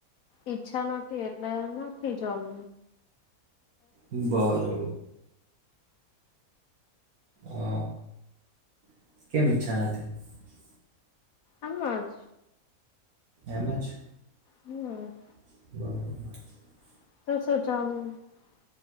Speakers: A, on the left; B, on the right.
A: ઈચ્છા નથી એટલે નથી જમ
B: બરોબર. અ <unintelligible>
A: આજ.
B: એમજ.
A: હમ.
B: બરોબર.
A: <unintelligible>